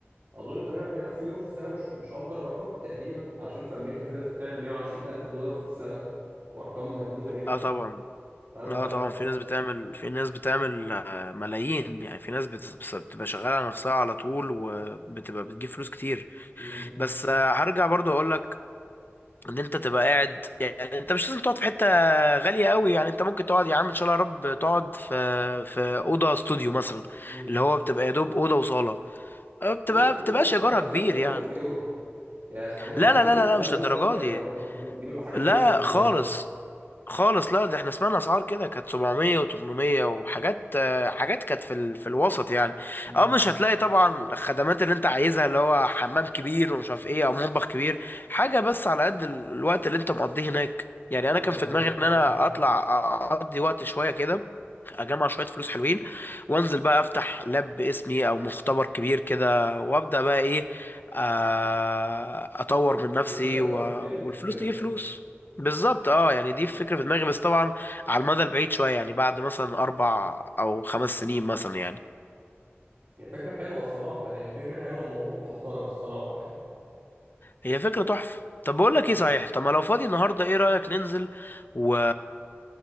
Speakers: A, on the right; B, on the left.
A: اظن 48 الف يورو في السنه مش مش افضل رقم تقريبا عشان في امريكا في ناس بتعمل 120 الف دولار في السنه وارقام مجنونه جدا
B: اه طبعا
A: انا مش
B: اه
A: عارف
B: طبعا
A: ده.
B: في ناس بتعمل في ناس بتعمل آه، ملايين يعني في ناس بت- بس- بتبقى شغالة على نفسها على طول وبتبقى بتجيب فلوس كتير
A: امم
B: بس آه، هرجع برضو اقول لك ان انت تبقى قاعد يعني انت مش لازم تقعد في حته غاليه قوي يعني انت ممكن تقعد يا عم ان شاء الله يا رب تقعد في في اوضه استوديو مثلا
A: امم
B: اللي هو بتبقى يا دوب اوضه وصاله أه، بتبقى
A: دي
B: بتبقاش
A: مش ممكن تكون
B: ايجارها
A: خلال
B: كبير
A: في 1000 ونص
B: يعني
A: يورو يعني الحاجات
B: لا
A: الاستوديو
B: لا لا لا
A: الصغيره
B: لا مش
A: دي
B: للدرجه
A: بتكون غاليه
B: دي
A: برضه عشان دي بيبقى حاجه
B: لا
A: غريبه بالنسبه
B: خالص
A: لي
B: خالص لا ده احنا سمعنا اسعار كده كانت 700 و800 وحاجات آه، حاجات كانت في ال... في الوسط يعني
A: امم
B: اه مش هتلاقي طبعا الخدمات اللي انت عايزها اللي هو حمام كبير ومش عارف ايه او مطبخ كبير حاجه بس على قد ال- الوقت اللي انت مقضيه هناك يعني انا
A: اه
B: كان
A: دي
B: في
A: حقيقه
B: دماغي ان
A: فعلا
B: انا اطلع اقضي وقت شويه كده اجمع شويه فلوس حلوين وانزل بقى افتح لاب باسمي او مختبر كبير كده وابدا بقى ايه آه، اطور من نفسي
A: يبقى انت صاحب
B: و...
A: البيزنس
B: والفلوس
A: وكده
B: تجيب فلوس بالظبط اه يعني دي فكره في دماغي بس طبعا على المدى البعيد شويه يعني بعد مثلا اربع او خمس سنين مثلا يعني
A: يعني فكره حلوه الصراحه يعني فكره حلوه ومه- وتحترم الصراحه يعني
B: هي فكره تحفه طب بقول لك
A: مم.
B: ايه صحيح طب ما لو فاضي النهارده ايه رايك ننزل و